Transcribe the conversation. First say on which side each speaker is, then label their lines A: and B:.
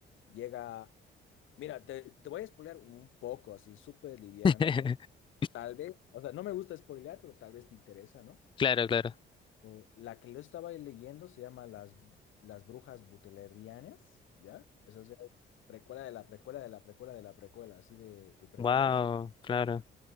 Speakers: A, on the left; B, on the left.
A: Llega, mira, te, te voy a spoilear un poco, así, súper liviano,
B: <laughs>
A: Tal vez, o sea, no me gusta spoilear, pero tal vez te interesa, ¿no?
B: Claro, claro.
A: O, la que lo estaba leyendo se llama Las, Las Brujas Butlerianas, ¿ya? Esa es precuela de la precuela de la precuela de la precuela, así de, de precuela
B: Wow,
A: es.
B: claro.